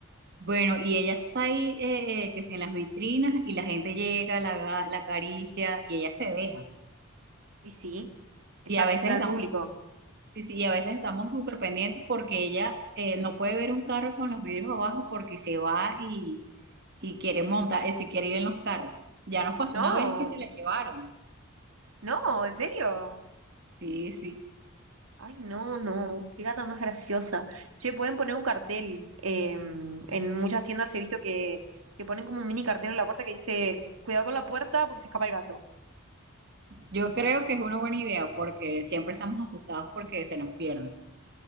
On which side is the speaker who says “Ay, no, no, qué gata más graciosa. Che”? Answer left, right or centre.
Right